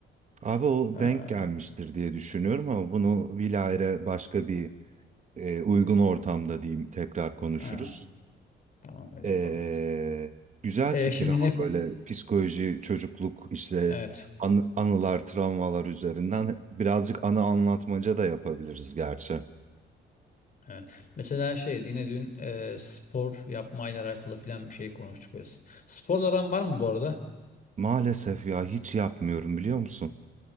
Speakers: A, on the right (about 35°); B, on the left (about 45°).
A: Abi o
B: Aa,
A: denk gelmiştir diye düşünüyorum ama bunu bilahare başka bir e, uygun ortamda diyeyim tekrar konuşuruz.
B: aynen. Tamam öyle
A: E,
B: yapalım.
A: güzel
B: E,
A: fikir
B: şimdi
A: ama
B: ne ko-
A: böyle psikoloji, çocukluk işte
B: Evet.
A: anı- anılar, travmalar üzerinden birazcık anı anlatmaca da yapabiliriz gerçi.
B: Evet. Mesela şey yine dün e, spor yapmayla alakalı filan bir şey konuştuk. Böyle Sporla aran var mı bu arada?
A: Maalesef ya hiç yapmıyorum biliyor musun?